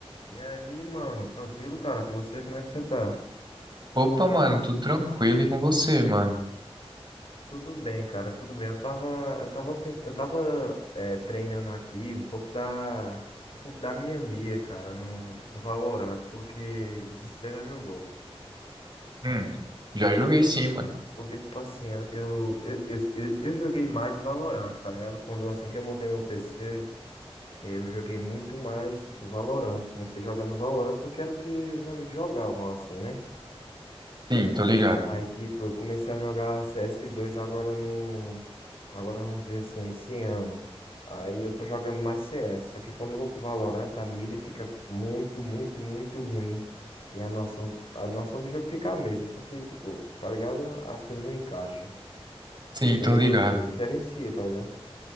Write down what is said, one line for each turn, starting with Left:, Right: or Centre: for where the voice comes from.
Left: E aí, mano, tranquilo, cara, com você, como é que você tá?
Right: Opa, mano, tudo tranquilo e com você, mano?
Left: Tudo bem, cara, tudo bem. Eu tava, eu tava, ten- eu tava é, treinando aqui um pouco da, um pouco da minha mira, cara, no, no Valorant, porque, não sei se você já jogou,
Right: Hum, já
Left: porque,
Right: joguei
Left: ti-
Right: sim, mano.
Left: porque tipo assim, eu, eu, eu, eu, eu joguei mais Valorant, tá ligado? Quando, assim, que eu montei meu PC, eu joguei muito mais, tipo, Valorant. Comecei jogando Valorant porque era o que os amigos jogavam, assim, né?
Right: Sim, tô ligado.
Left: Aí, tipo, eu comecei a jogar cs dois agora no. Agora vamos dizer assim, esse ano. Aí eu tô jogando mais CS. Só que quando eu vou pro Valorant, a mira fica muito, muito, muito ruim. E a noção, a noção de jogo fica a mesma. Só que, tipo, tá ligado? As coisas não encaixam.
Right: Sim,
Left: Porque
Right: tô ligado.
Left: mu- diferencia, tá ligado?